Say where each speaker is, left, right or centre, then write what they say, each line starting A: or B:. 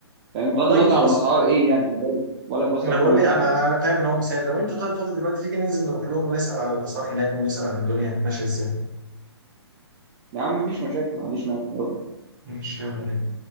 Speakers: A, on the right (about 25°); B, on the right (about 45°).
A: فاهم بغض
B: طيب
A: النظر
B: خلاص
A: عن الاسعار ايه يعني انا بقول بقول لك بس
B: انا
A: ارقام
B: بقول
A: من
B: لي
A: عندي
B: انا فاهم ان هو مثال لو انت طيب فاضي دلوقتي تيجي ننزل نروح لهم ونسال على الاسعار هناك ونسال عن الدنيا هناك ماشيه ازاي
A: يا عم مفيش مشاكل ما عنديش مانع يلا
B: ماشي يلا بينا